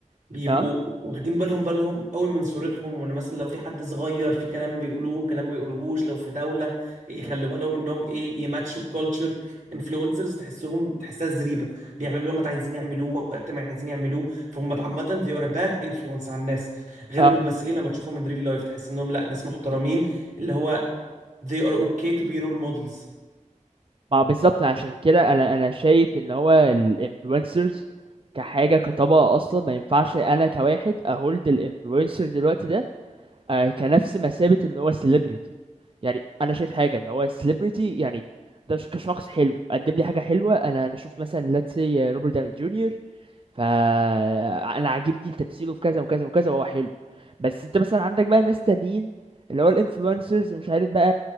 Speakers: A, on the right; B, on the right.
A: بيبقوا
B: اه
A: واخدين بالهم بالهم قوي من صورتهم وان مثلا لو في حد صغير في كلام بيقولوه كلام ما يقولوهوش لو في دولة يخلوا بالهم انهم ايه يماتشوا الكالتشر انفلونسرز تحسهم تحسها زريبة بيعملوا اللي هم عايزين يعملوه وقت ما عايزين يعملوه فهم عامة they are a bad influence على الناس غير
B: اه
A: الممثلين لما تشوفهم من ريل لايف تحس انهم لا ناس محترمين اللي هو they are okay to be role models
B: ما بالظبط عشان كده انا انا شايف ان هو الانفلونسرز كحاجة كطبقة اصلا ما ينفعش انا كواحد اهولد الانفلونسر دلوقتي ده آه كنفس مثابة ان هو سيلبرتي يعني انا شايف حاجة ان هو سيلبرتي يعني ده ش- كشخص حلو قدم لي حاجة حلوة انا انا شفت مثلا let's say آه، روبرت داوني جونيور فانا عاجبني تمثيله في كذا وكذا وكذا وهو حلو بس انت مثلا عندك بقى ناس تانيين اللي هو الانفلونسرز مش عارف بقى